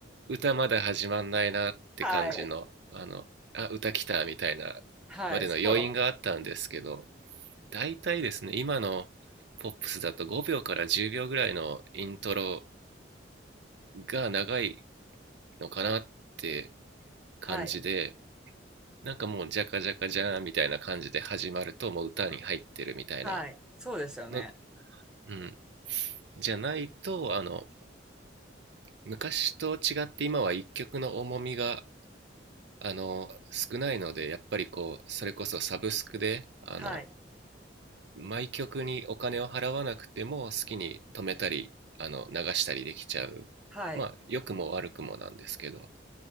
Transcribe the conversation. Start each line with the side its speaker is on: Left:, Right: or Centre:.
Right: 歌まだ始まんないなって感じのあのあ歌来たみたいなまでの余韻があったんですけど
Centre: はい。はい。すごいわかる。
Right: 大体ですね今のポップスだと5秒から10秒ぐらいのイントロが長いのかなって感じで
Centre: はい。
Right: なんかもうジャカジャカジャーンみたいな感じで始まるともう歌に入ってるみたいな
Centre: はい。そうですよね。
Right: の、うん、じゃないとあの昔と違って今は一曲の重みがあの、少ないので、やっぱりこう、それこそサブスクで、あの、
Centre: はい。
Right: 毎曲にお金を払わなくても好きに止めたり、あの、流したりできちゃう。
Centre: はい。
Right: まあ、良くも悪くもなんですけど、